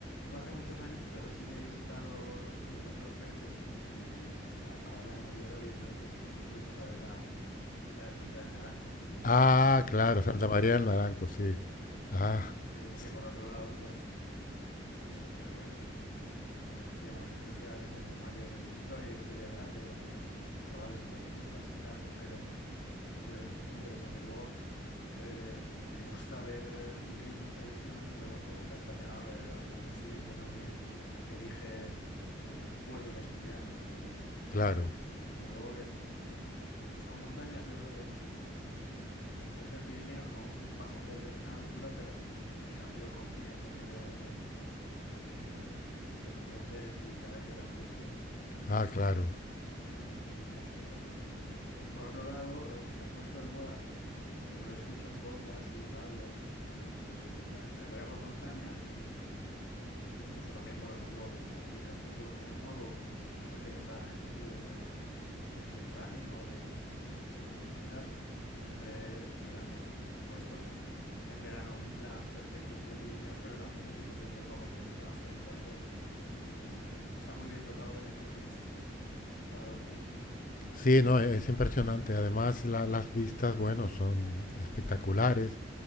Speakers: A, on the left; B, on the left.
A: Fue hace muchos años, pero sí que he visitado Asturias dos veces y, y el- en la parada en Oviedo, evidentemente, fu- fuimos a ver la, la ermita del Naranco. Sí, sí.
B: Ah, claro,
A: Eh,
B: Santa María del Naranco, sí. Ah,
A: eh,
B: sí,
A: que por otro lado, pues mm, siempre pues un- una mención especial en el temario de, de historia, historia del arte para los, los chavales en, bachi- en bachillerato, espero. Pero es, es muy interesante. Luego, Eh, me gusta ver eh, ciclismo en televisión y claro, la Vuelta a España eh, año sí, año también elige eh, puertos asturianos y, y
B: claro,
A: desde luego que so- son montañas, yo creo que mm, a diferencia del Pirineo no, no pasan de determinada altura, pero mm, en cambio compiten con ellas eh, pendientes y carácter abrupto. Es,
B: ah, claro.
A: es muy, muy, muy asombroso. Eh, por otro lado, eh, se ha puesto de moda, eh, porque lo escucho en podcast y radio, el- la carrera por montaña y incluso también, por ejemplo, pues aquí en el círculo donde me muevo, con gente que está en clubes de, de trail running o de, mm, o de senderismo y tal, y siempre explican que, por supuesto, en verano un plan perfecto es ir a Pirineos, pero también a Picos de Europa porque es asombroso y que está muy bien dotado de refugios para dormir.
B: Sí, no, e-, es impresionante. Además, la- las vistas, bueno, son espectaculares.